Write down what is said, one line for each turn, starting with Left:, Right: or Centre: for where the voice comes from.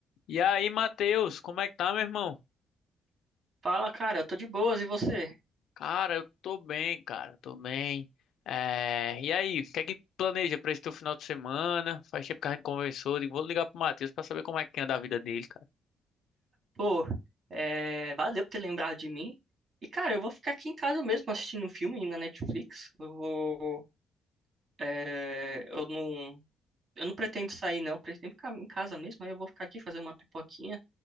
Left: E aí, Matheus, como é que tá, meu irmão?
Right: Fala, cara, eu tô de boas, e você?
Left: Cara, eu tô bem, cara, tô bem. É, E aí, o que é que planeja pra esse teu final de semana? Faz tempo que a gente conversou, digo, vou ligar pro Matheus pra saber como é que anda a vida dele, cara.
Right: Pô, é, valeu por ter lembrado de mim. E, cara, eu vou ficar aqui em casa mesmo assistindo um filme na Netflix. Eu vou. é, Eu não. Eu não pretendo sair, não. Eu pretendo ficar em casa mesmo. Aí eu vou ficar aqui fazer uma pipoquinha